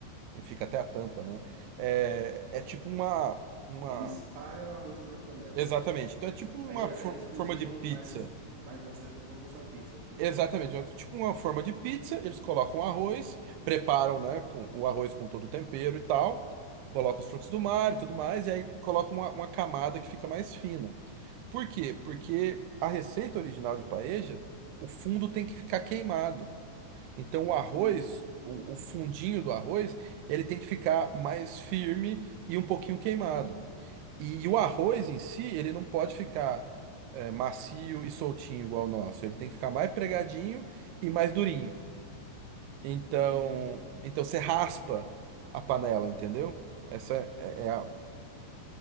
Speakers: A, on the right; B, on the right.
A: e- e fica até a tampa, né? É, é tipo uma, uma,
B: Eles espalham o arroz pela panela.
A: exatamente. Então é tipo uma
B: Aí
A: for-
B: eles cozinham
A: forma de pizza.
B: mais, mais de uma ce- como se fosse uma pizza, ok?
A: Exatamente, é tipo uma forma de pizza, eles colocam arroz, preparam, né, com o arroz com todo o tempero e tal, colocam os frutos do mar e tudo mais, e aí colocam uma uma camada que fica mais fina. Por quê? Porque a receita original de paeja, o fundo tem que ficar queimado. Então o arroz,
B: Hum,
A: o, o fundinho do arroz, ele tem que ficar mais firme e um pouquinho queimado. E, o arroz em si, ele não pode ficar é, macio e soltinho igual o nosso. Ele tem que ficar mais pregadinho e mais durinho. Então,
B: entendi.
A: então você raspa a panela, entendeu? Essa é, é é a,